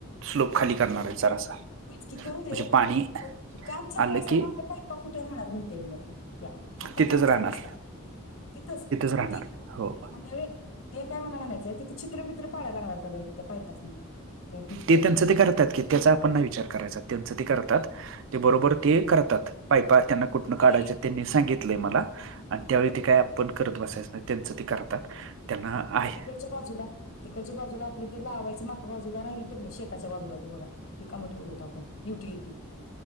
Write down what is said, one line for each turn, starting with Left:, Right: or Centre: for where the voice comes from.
Right: स्लोप खाली करणार आहेत जरासा.
Left: इतकी करू
Right: म्हणजे
Left: देत
Right: पाणी
Left: काम चालू
Right: आलं
Left: असताना
Right: की
Left: आपल्या पाईपा कुठे राहणार म्हणते मी आता त्या आता
Right: तिथंच
Left: काम
Right: राहणार
Left: चालू असत तिथंच
Right: राहणार
Left: मग
Right: हो
Left: ते ते काय मला म्हणायचंय तिथं छीद्रबिद्र पाडायला लागणार का बा त्या पाईपासनी त्या भिंती
Right: ते
Left: ला
Right: त्यांचं
Left: काय
Right: ते
Left: करतात
Right: की त्याचा आपण नाही विचार करायचा त्यांच ते करतात बरोबर
Left: हा
Right: ते करतात पाइपा आण - कुंपण काढायच
Left: आणि
Right: त्यांनी सांगितलं मला आणि त्यावेळी
Left: बर
Right: ते काय आपण करत बसायच नाही. त्यांच ते करतात, त्यांना आहे-
Left: च्या बाजूला तिकडच्या बाजूला आपलं ते लावायचं मागच्या बाजूला राहिल हो ते नाही शेताच्या बाजूला ते बघा. रिकाम ठेवलं होत आपण युटिलिटी